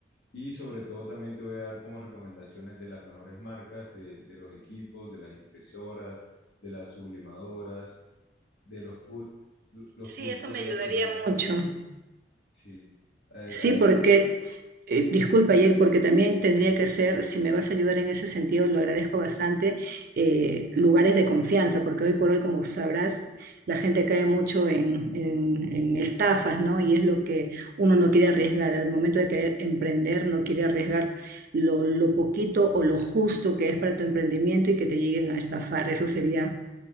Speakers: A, on the left; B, on the right.
A: y sobre todo también te voy a dar como recomendaciones de las mejores marcas, de, de los equipos, de las impresoras, de las sublimadoras, de los, pul- los
B: Sí,
A: pulpos
B: eso me
A: de
B: ayudaría
A: la serigrafía.
B: mucho.
A: Sí, hay,
B: Sí,
A: hay-
B: porque, eh, disculpa, Yair, porque también tendría que ser, si me vas a ayudar en ese sentido, lo agradezco bastante, eh, lugares de confianza, porque hoy por hoy, como sabrás, la gente cae mucho en, en- en estafas, ¿no? Y es lo que uno no quiere arriesgar. Al momento de querer emprender, no quiere arriesgar lo, lo poquito o lo justo que es para tu emprendimiento y que te lleguen a estafar. Eso sería,